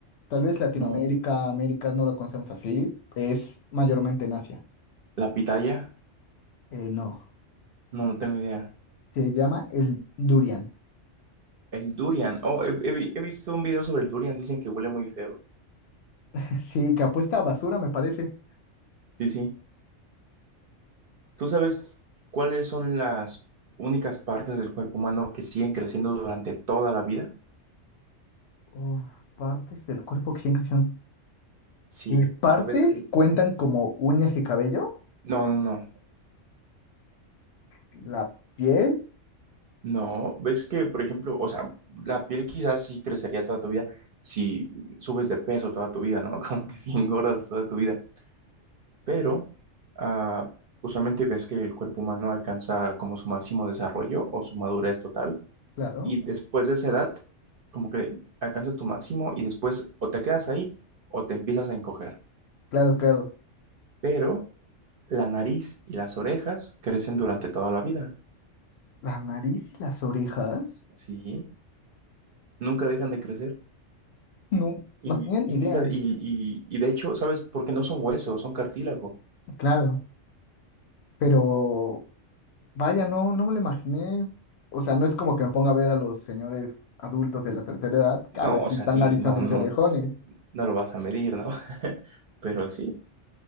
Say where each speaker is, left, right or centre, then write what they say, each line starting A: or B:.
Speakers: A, on the left; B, on the right.
A: Tal vez Latinoamérica,
B: no.
A: América no lo conocemos así, es mayormente en Asia.
B: La pitaya.
A: Eh, no,
B: No, no tengo idea.
A: se llama el durian.
B: El durian. Oh, he, he vi- he visto un video sobre el durian. Dicen que huele muy feo.
A: <laughs> Sí, que apuesta a basura, me parece.
B: Sí, sí. ¿Tú sabes cuáles son las únicas partes del cuerpo humano que siguen creciendo durante toda la vida?
A: Uf, partes del cuerpo que siempre son...
B: Sí.
A: Eh, partes
B: O sea, ves que...
A: cuentan como uñas y cabello,
B: No, no, no.
A: la piel,
B: No. Ves que, por ejemplo, o sea, la piel quizás sí crecería toda tu vida si subes de peso toda tu vida, ¿no? <laughs> Como que si engordas toda tu vida. pero ah, usualmente ves que el cuerpo humano alcanza como su máximo desarrollo o su madurez total
A: claro,
B: y después de esa edad como que alcanzas tu máximo y después o te quedas ahí o te empiezas a encoger.
A: claro, claro.
B: Pero la nariz y las orejas crecen durante toda la vida,
A: La nariz y las orejas.
B: ¿sí? Nunca dejan de crecer.
A: No,
B: Y,
A: no tenía ni
B: y
A: idea,
B: fíjate, y, y- y de hecho, ¿sabes? Porque no son huesos, son cartílago.
A: claro. Pero vaya, no, no me lo imaginé. O sea, no es como que me ponga a ver a los señores adultos de la tercera edad,
B: No,
A: que a ver
B: o
A: si
B: sea,
A: están
B: sí,
A: narizones
B: no, no,
A: y No. orejones.
B: no lo vas a medir, ¿no? <laughs> Pero sí.